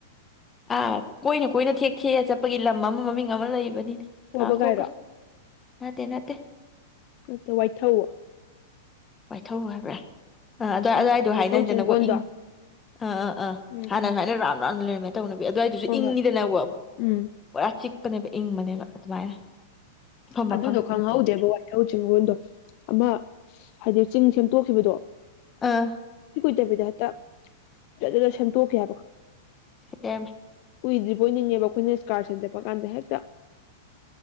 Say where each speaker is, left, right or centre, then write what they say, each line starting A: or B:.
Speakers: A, on the left; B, on the left.
A: ꯑ ꯀꯣꯏꯅ ꯀꯣꯏꯅ ꯊꯦꯛ ꯊꯦꯛꯑ ꯆꯠꯄꯒꯤ ꯂꯝ ꯑꯃ ꯃꯃꯤꯡ ꯑꯃ ꯂꯩꯕꯅꯤꯅꯦ ꯀꯥꯊꯣꯛꯈ꯭ꯔꯦ
B: ꯋꯥꯕꯒꯥꯏꯔꯣ
A: ꯅꯠꯇꯦ ꯅꯠꯇꯦ
B: ꯃ ꯋꯥꯏꯊꯧ
A: ꯋꯥꯏꯊꯧ ꯍꯥꯏꯕ꯭ꯔꯥ ꯑꯥ ꯑꯗꯨꯏ
B: ꯎꯝ
A: ꯑꯗꯨꯗꯋꯥꯏꯗꯣ
B: ꯋꯥꯏꯊꯧ
A: ꯍꯥꯏꯅꯔꯤꯗꯅꯀꯣ
B: ꯆꯤꯡꯒꯣꯟꯗꯣ
A: ꯏꯪ ꯑꯥ ꯑꯥ ꯑꯥ
B: ꯎꯝ
A: ꯍꯥꯟꯅ
B: ꯎꯝ
A: ꯁꯨꯃꯥꯏꯅ ꯔꯝ ꯇꯟꯂꯦꯃꯤ ꯇꯧꯅꯕꯤ ꯑꯗꯨꯋꯥꯏꯗꯨꯁꯨ
B: ꯍꯣꯏ
A: ꯏꯪꯉꯤꯗꯅꯕꯨ
B: ꯍꯣꯏ ꯎꯝ
A: ꯄꯨꯔꯥ ꯆꯤꯛꯄꯅꯦꯕ ꯏꯪꯕꯅꯦꯕ ꯑꯗꯨꯃꯥꯏꯅ ꯃꯐꯝ ꯃꯐꯝ
B: ꯑꯗꯨꯗꯣ ꯈꯪꯍꯧꯗꯦꯕ
A: ꯏꯪ ꯏꯪ
B: ꯋꯥꯏꯊꯧ ꯆꯤꯡꯒꯟꯗꯣ ꯑꯃ ꯍꯥꯏꯗꯤ ꯆꯤꯡ ꯁꯦꯝꯇꯣꯛꯈꯤꯕꯗꯣ
A: ꯑꯥ
B: ꯆꯠꯇꯕꯤꯗ ꯍꯦꯛꯇ ꯐꯖꯅ ꯁꯦꯝꯗꯣꯛꯈꯤꯦ ꯍꯥꯏꯕꯀꯣ
A: ꯂꯩꯔꯝꯃꯦ
B: ꯀꯨꯏꯗ꯭ꯔꯤ ꯕꯣꯏ ꯅꯤꯡꯉꯦꯕ ꯑꯩꯈꯣꯏꯅ ꯀꯥꯔꯁꯟ ꯆꯠꯄ ꯀꯥꯟꯗ ꯍꯦꯛꯇ